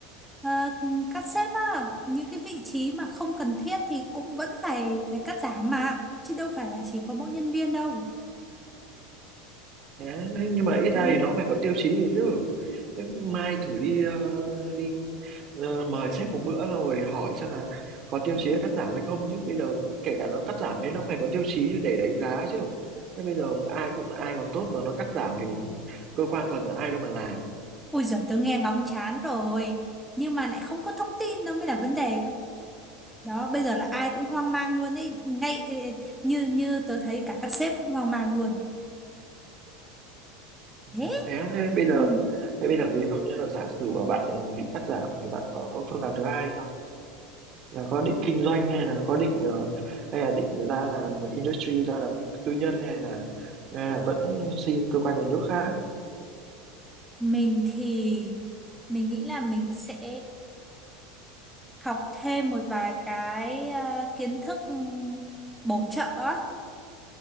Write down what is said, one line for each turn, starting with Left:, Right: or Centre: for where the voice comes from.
Centre: ờ, cắt xếp á những cái vị trí mà không cần thiết thì cũng vẫn phải phải cắt giảm mà chứ đâu phải là chỉ có mỗi nhân viên đâu
Right: Đấy, nhưng mà ít ra
Centre: ừ.
Right: thì nó cũng phải có tiêu chí gì chứ. Thế mai thử đi ờ, đi ờ, mời sếp một bữa xong rồi hỏi xem là có tiêu chí cắt giảm hay không chứ. Bây giờ kể cả nó cắt giảm thì nó cũng phải có tiêu chí để đánh giá chứ. Thế bây giờ ai cũng ai làm tốt mà nó cắt giảm thì cơ quan còn ai đâu mà làm.
Centre: Ui giời tớ nghe ngóng chán rồi nhưng mà lại không có thông tin nó mới là vấn đề cơ đó bây giờ là ai cũng hoang mang luôn ấy ngay ê, ê, như như tớ thấy cả các sếp cũng hoang mang luôn
Right: Ừ.
Centre: thế
Right: Thế, thế bây giờ
Centre: ừ.
Right: thế bây giờ ví dụ như là giả sử mà bạn bị cắt giảm thì bạn có phương án thứ hai chưa? là có định kinh doanh hay là có định ờ, hay là định ra làm industry ra làm tư nhân hay là hay là vẫn xin cơ quan nhà nước khác
Centre: mình thì mình nghĩ là mình sẽ học thêm một vài cái ờ, kiến thức ừm, bổ trợ á.